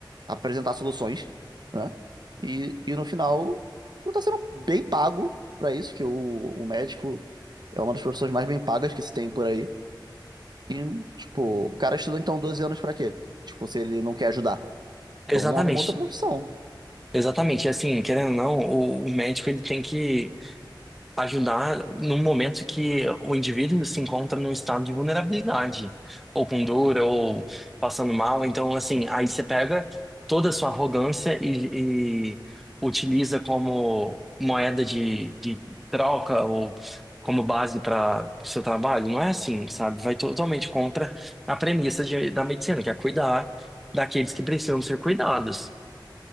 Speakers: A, on the right; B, in the centre.
A: apresentar soluções, né? E, e no final, tu tá sendo bem pago pra isso, que o, o médico é uma das profissões mais bem pagas que se tem por aí. E, tipo, o cara estudou então 12 anos pra quê? Tipo, se ele não quer ajudar.
B: Exatamente.
A: Então arruma outra profissão.
B: Exatamente. E assim, querendo ou não, o, o médico ele tem que ajudar no momento que o indivíduo se encontra num estado de vulnerabilidade, ou com dor, ou passando mal. Então, assim, aí você pega toda a sua arrogância e, e utiliza como moeda de, de troca ou como base para o seu trabalho. Não é assim, sabe? Vai totalmente contra a premissa de- da medicina, que é cuidar daqueles que precisam ser cuidados.